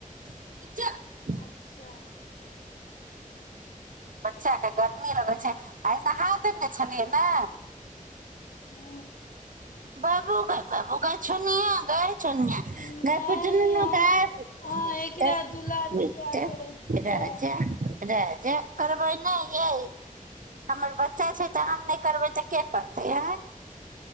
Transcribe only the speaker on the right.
बुझलियै
बच्चाके गर्मी लगै छै आ नहा देने छलियै ने
बाबू ग बाबू ग छो सुन
ग प ग
मि
राजा राज जे करबै नहि यै हमर बच्चा छै तऽ हम नहि करबै तऽ के करतै आय